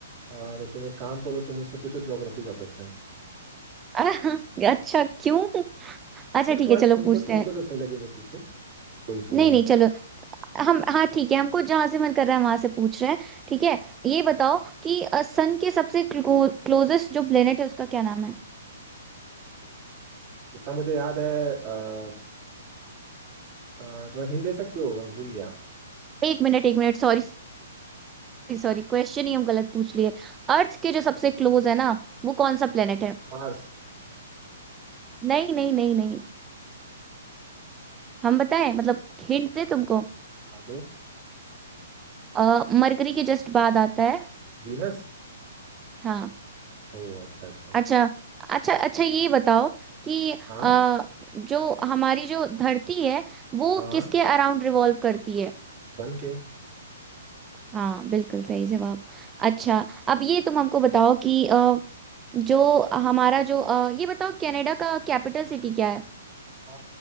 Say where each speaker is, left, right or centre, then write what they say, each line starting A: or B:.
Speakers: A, on the right; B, on the right.
A: आ, तो तुम एक काम करो तुम मुझसे पूछो ज्योग्राफी का क्वेश्चन
B: <laughs> अच्छा क्यों अच्छा
A: ठीक
B: ठीक
A: है तुम्हारे
B: है चलो
A: तुमको
B: पूछते
A: तुमको
B: हैं
A: जो सही लगे वो पूछो कोई इशू
B: नहीं
A: नहीं
B: नहीं
A: है
B: चलो हम हाँ ठीक है हमको जहां से मन कर रहा है वहां से पूछ रहे हैं ठीक है ये बताओ कि सन के सबसे क्लोजेस्ट जो प्लेनेट है उसका क्या नाम है
A: इतना मुझे याद है आ, आ, थोड़ा हिंट दे सकती हो मैं भूल गया
B: एक मिनट एक मिनट सॉरी सॉरी क्वेश्चन ही हम गलत पूछ लिए अर्थ के जो सबसे क्लोज है ना वो कौन सा प्लेनेट है
A: मार्स
B: नहीं नहीं नहीं नहीं हम बताएं मतलब हिंट दे तुमको
A: हाँ दो
B: आ, मरकरी के जस्ट बाद आता है
A: वीनस
B: हाँ
A: ओ अच्छा अच्छा
B: अच्छा अच्छा अच्छा ये बताओ कि
A: हाँ
B: अ, जो हमारी जो धरती है वो
A: हाँ हाँ
B: किसके अराउंड रिवॉल्व करती है
A: सन के
B: हाँ बिल्कुल सही जवाब अच्छा अब ये तुम हमको बताओ कि अ, जो हमारा जो अ, ये बताओ कनाडा का कैपिटल सिटी क्या है
A: आ,